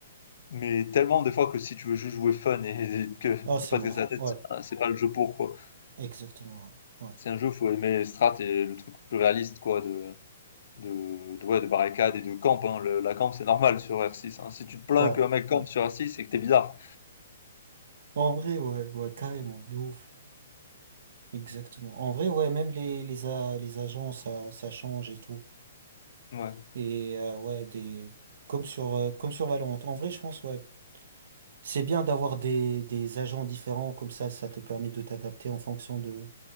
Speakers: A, on the left; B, on the right.
A: mais tellement des fois que si tu veux juste jouer fun et, et que
B: Ah, c'est
A: <laughs> pas
B: mort.
A: te casser la tête,
B: Ouais,
A: c'est pas, c'est pas le jeu pour quoi.
B: exactement. Ouais,
A: C'est un jeu, faut aimer strat et le truc plus réaliste quoi, de de, de, ouais, de barricade et de camp. Hein. Le- la camp, c'est normal sur R6. hein. Si tu te plains
B: ouais,
A: qu'un mec campe
B: ouais. ouais.
A: sur R6, c'est que t'es bizarre.
B: En vrai, ouais, ouais, carrément, de ouf. Exactement. En vrai, ouais, même les, les, a- les agents, ça, ça change et tout.
A: Ouais,
B: Et euh, ouais, des... comme sur, euh, comme sur Valorant. En vrai, je pense, ouais, c'est bien d'avoir des, des agents différents, comme ça, ça te permet de t'adapter en fonction de,